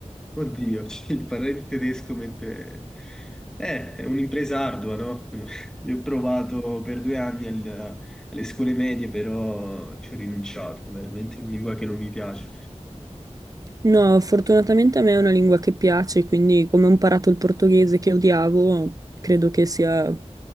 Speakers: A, in the centre; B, on the right.
A: oddio, <laughs> cioè, parlare il tedesco mentre... Eh, è un'impresa ardua, no? <laughs> Io ho provato per due anni al- alle scuole medie, però ci ho rinunciato, veramente è una lingua che non mi piace.
B: No, fortunatamente a me è una lingua che piace, quindi come ho imparato il portoghese che odiavo, credo che sia